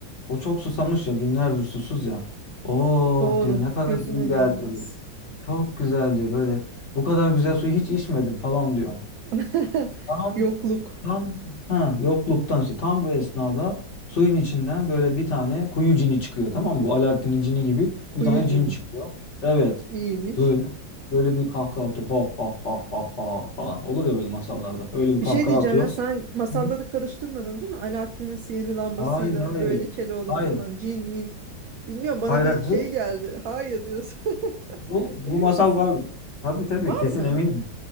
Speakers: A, on the left; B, on the right.
A: O çok susamış ya günlerdir susuz ya. Oh
B: Doğru.
A: diyor ne kadar
B: Gözüne
A: iyi
B: gelmez.
A: geldi. Çok güzel diyor böyle. Bu kadar güzel suyu hiç içmedim falan diyor.
B: <laughs>
A: Tam
B: Yokluk.
A: tam ha yokluktan işte tam bu esnada suyun içinden böyle bir tane kuyu cini çıkıyor tamam mı? Bu Alaaddin'in cini gibi
B: Kuyu
A: bir tane
B: cini.
A: cin çıkıyor. Evet.
B: İyiymiş.
A: Böyle böyle bir kahkaha atıyor. Ha ha ha ha ha falan. Olur ya böyle masallarda. Öyle bir
B: Bir
A: kahkaha
B: şey diyeceğim
A: atıyor.
B: ya
A: Şey,
B: sen masalları
A: Hı.
B: karıştırmadın değil mi? Alaaddin'in sihirli lambasıyla
A: Hayır hayır.
B: böyle Keloğlan
A: Hayır.
B: falan cin min bilmiyorum bana
A: Hayır.
B: bir
A: hayır.
B: şey
A: Bu
B: geldi. Hayır diyorsun. <laughs>
A: bu bu
B: Emin
A: masal
B: misin?
A: var. Tabii tabii
B: Var
A: kesin
B: mı?
A: eminim.